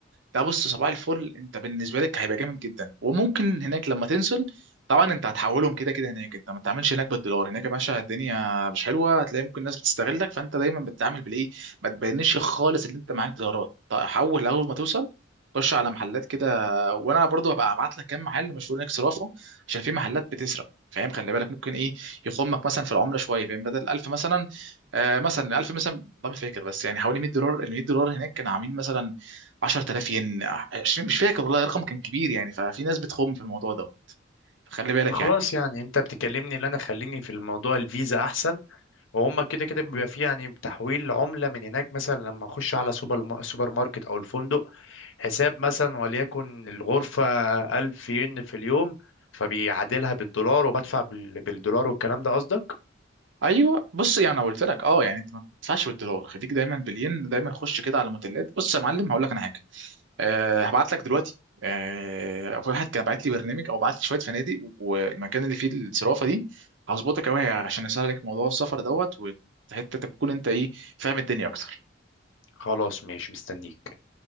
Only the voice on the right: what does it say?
ده بص صباح الفل انت بالنسبه لك هيبقى جامد جدا وممكن هناك لما تنزل طبعا انت هتحولهم كده كده هناك انت ما تعملش هناك بالدولار هناك يا باشا الدنيا مش حلوه هتلاقي ممكن الناس بتستغلك فانت دايما بتتعامل بالايه ما تبينش خالص ان انت معاك دولارات طيب حول اول ما توصل خش على محلات كده وانا برضو هبقى ابعت لك كام محل مشهور هناك صرافه عشان في محلات بتسرق فاهم خلي بالك ممكن ايه يخمك مثلا في العمله شويه فاهم بدل 1000 مثلا آه مثلا 1000 مثلا والله ما فاكر بس يعني حوالي 100 دولار ال 100 دولار هناك كانوا عاملين مثلا 10000 ين 20 مش فاكر والله رقم كان كبير يعني ففي ناس بتخم في الموضوع ده فخلي بالك
يعني
ايوه بص يعني انا قلت لك اه يعني انت ما تدفعش بالدولار خليك دايما بالين دايما خش كده على الموديلات بص يا معلم هقول لك انا حاجه أه هبعت لك دلوقتي أه واحد كان بعت لي برنامج او بعت لي شويه فنادق والمكان اللي فيه الصرافه دي هظبطك قوي عشان اسهل لك موضوع السفر دوت وحتى تكون انت ايه فاهم الدنيا اكتر